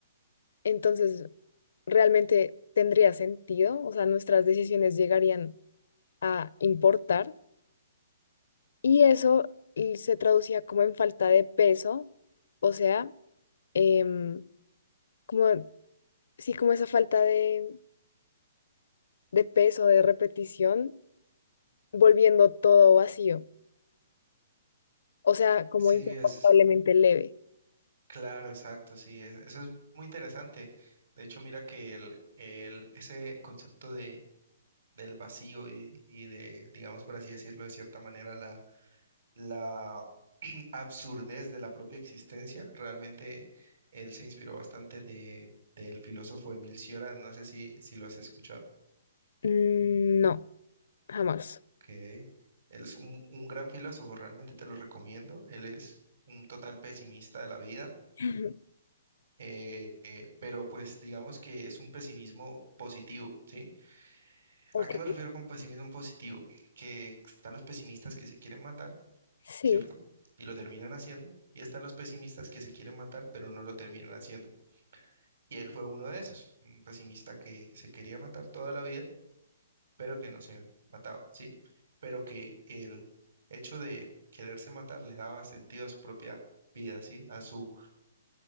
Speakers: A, on the left (about 70°); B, on the right (about 75°).
A: entonces realmente tendría sentido, o sea, nuestras decisiones llegarían a importar y eso y se traducía como en falta de peso, o sea, em, como, sí, como esa falta de, de peso, de repetición, volviendo todo vacío, o sea, como
B: Sí,
A: insoportablemente
B: es,
A: leve.
B: Claro, exacto, sí, es- eso es muy interesante. De hecho, mira que el, el, ese concepto de, del vacío y, y de, digamos por así decirlo, de cierta manera, la, la <clears throat> absurdez de la propia existencia, realmente él se inspiró bastante de, del filósofo Emil Cioran, no sé si, si lo has escuchado.
A: Mm, No, jamás.
B: que Él es un, un gran filósofo, realmente te lo recomiendo. Él es un total pesimista de la vida
A: <laughs>
B: eh, eh, pero pues digamos que es un pesimismo positivo, ¿sí?
A: Ok,
B: ¿A qué me refiero con pesimismo positivo? Que están los pesimistas que se quieren matar,
A: sí,
B: ¿cierto? Y lo terminan haciendo, y están los pesimistas que se quieren matar, pero no lo terminan haciendo. Y él fue uno de esos, un pesimista que se quería matar toda la vida, pero que no se mataba, ¿sí? Pero que el hecho de quererse matar le daba sentido a su propia vida, ¿sí? A su